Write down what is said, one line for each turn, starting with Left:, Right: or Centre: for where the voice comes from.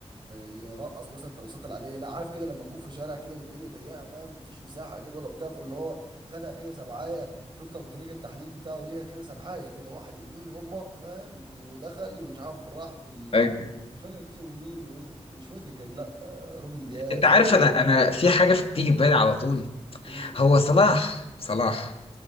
Right: ي يرقص مثلا الترقيصات العاديه لا عارف كده لما تكون في شارع كده والدنيا ضيقه فاهم مفيش مساحه كده ولا بتاع فاللي هو خدها كده سبعايه شفت ابو طريق التحليل بتاعه ليها كده سبعايه كده واحد اتنين هوبا فاهم ودخل مش عارف راح بال
Left: ايوه
Right: مش فاكر كسبه مين رو... مش روديجر لا آه، روبن دياز
Left: انت عارف
Right: ولا
Left: انا انا في حاجه في- بتيجي في بالي على طول
Right: مين.
Left: هو صلاح صلاح